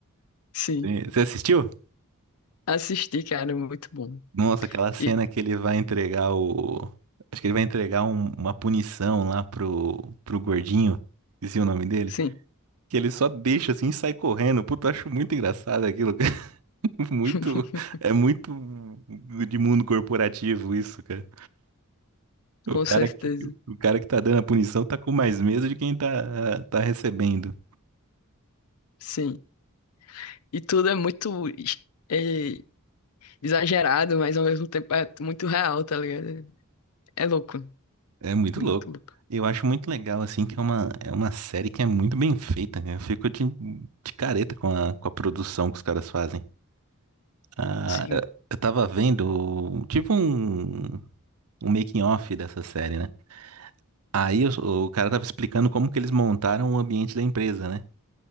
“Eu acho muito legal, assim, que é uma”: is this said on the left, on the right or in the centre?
Right